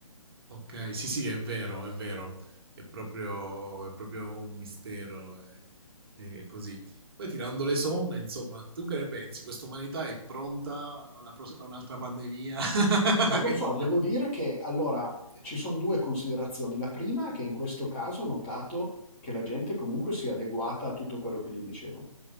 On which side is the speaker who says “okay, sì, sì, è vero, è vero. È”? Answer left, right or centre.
Right